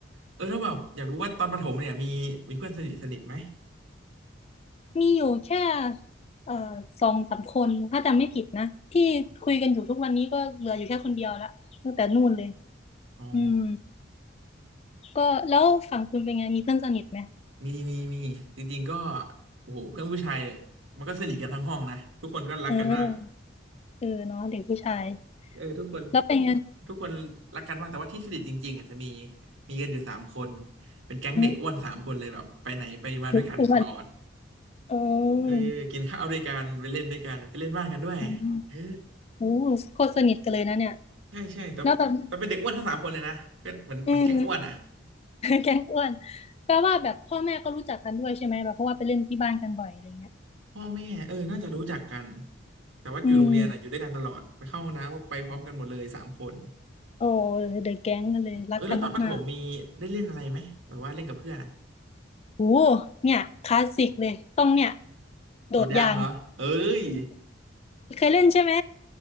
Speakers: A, on the right (about 80°); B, on the left (about 35°).
A: เออแล้วแบบอยากรู้ว่าตอนประถมเนี่ยมีมีเพื่อนสนิทสนิทไหม
B: มีอยู่แค่เอ่อสองสามคนถ้าจำไม่ผิดนะที่คุยกันอยู่ทุกวันนี้ก็เหลืออยู่แค่คนเดียวละตั้งแต่นู่นเลย
A: อ๋อ
B: อืมก็แล้วฝั่งคุณเป็นไงมีเพื่อนสนิทไหม
A: มีมีมีจริงๆก็โอ้โหเพื่อนผู้ชายมันก็สนิทกันทั้งห้องนะทุกคนก็รักกันมาก
B: เออเออเนาะเด็กผู้ชาย
A: เออทุกคน
B: แล้วเป็นไง
A: ทุกคนรักกันมากแต่ว่าที่สนิทจริงๆอาจจะมีมีกันอยู่สามคนเป็นแก๊งเด็กอ้วนสามคนเลยแบบไปไหนไปมาด้วยกันตลอด
B: อืมเด็กอ้วนเออ
A: เออกินข้าวด้วยกันไปเล่นด้วยกันไปเล่นบ้านกันด้วยเออ
B: อืมโอ้โคตรสนิทกันเลยนะเนี่ย
A: ใช่ใช่ตอนเป็นตอนเป็นเด็กอ้วนทั้งสามคนเลยนะก็เหมือนเหมือนแก๊งอ้วนอ่ะ
B: แล้วแบบอืม <laughs> แก๊งอ้วนแปลว่าแบบพ่อแม่ก็รู้จักกันด้วยใช่ไหมแบบเพราะว่าไปเล่นที่บ้านกันบ่อยอะไรเงี้ย
A: พ่อแม่เออน่าจะรู้จักกันแต่ว่าอยู่โรงเรียนอ่ะอยู่ด้วยกันตลอดไปเข้าห้องน้ำก็ไปพร้อมกันหมดเลยสามคน
B: อืมโอ้เดอะแก๊งกันเลยรักกันมาก
A: เออแล้วตอนประถมมีได้เล่นอะไรไหมแบบว่าเล่นกับเพื่อนอะ
B: โอ้เนี่ยคลาสสิกเลยต้องเนี่ยโดดยาง
A: โดดยางเหรอเอ้ย
B: เคยเล่นใช่ไหม